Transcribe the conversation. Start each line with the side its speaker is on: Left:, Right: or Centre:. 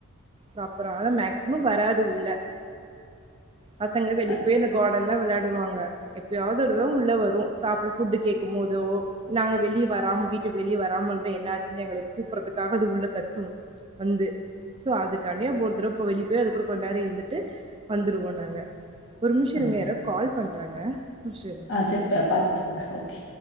Right: ப்ராப்பரா ஆனா மேக்சிமம் வராது உள்ள பசங்க வெளிய
Left: அ
Right: போய் அந்த கா டன்ல வெளாடுவாங்க எப்யாது ஒருதரோ உள்ள வரு சாப்ட ஃபுட் கேக்கும் போதோ நாங்க வெளிய வராம் வீட்டுக் வெளிய வராம் இருந்தா என்னாச்சுன் எங்களய கூப்றதுக்காக அது உள்ள கத்து வந்து சோ அது க்கான்டியே ஒரு தடவ போ வெளி போய் அது கூட கொஞ் நேரோ இருந்துட்டு வந்துருவோ நாங்க ஒரு நிம்ஷோ
Left: ஆ
Right: இருங்க யாரோ கால் பண்றாங்க <unintelligible>
Left: ஆ செரி பே பாத்துட் வாங்க ஓகே